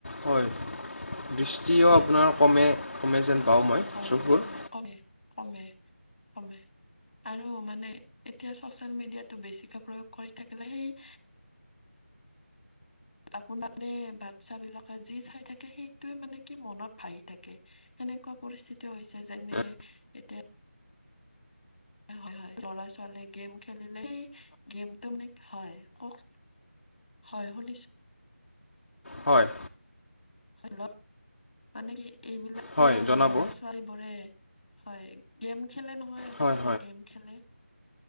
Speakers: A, on the left; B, on the left.
A: হয় দৃষ্টিও
B: হয়
A: আপোনাৰ
B: হয়
A: কমে
B: হয়
A: কমে যেন
B: চকু-
A: পাওঁ মই
B: হয়
A: চকুৰ
B: হয় হয় কমে কমে কমে আৰু মানে এতিয়া চচিয়েল মিডিয়াটো বেছিকৈ প্ৰয়োগ কৰি থাকিলে সেই আপোনাৰে বাচ্ছা বিলাকে যি চাই থাকে সেইটোয়ে মানে কি মনত ভাহি থাকে এনেকুৱা পৰিস্থিতি হৈছে যেনে
A: এ,
B: এতিয়া হয় হয় ল'ৰা ছোৱালীয়ে গেম খেলিলে সেই গেমটো মানে হয় কওঁক হয় শুনিছ
A: হয়
B: হেল্ল' মানে কি এইবিলাক
A: হয়
B: ল'ৰা
A: জনাব
B: ছোৱালীবোৰে হয় গেম খেলে নহয় আজিকালি
A: হয়
B: গেম খেলে